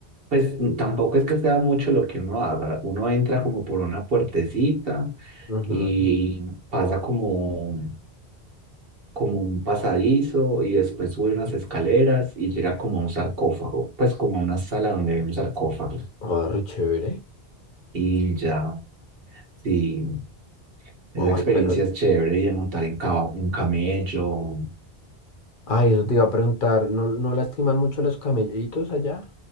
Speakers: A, on the right; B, on the left.
A: Pues mm, tampoco es que sea mucho lo que uno haga. Uno entra como por una puertecita
B: Ujú.
A: y pasa como, como un pasadizo y después sube unas escaleras y llega como a un sarcófago. Pues como a una sala donde hay un sarcófago.
B: Ah, re chévere.
A: Y ya, sí, esa
B: Ay,
A: experiencia
B: pero,
A: es chévere y de montar en ca- un camello.
B: ay, eso te iba a preguntar, ¿no, no lastiman mucho los camellitos allá?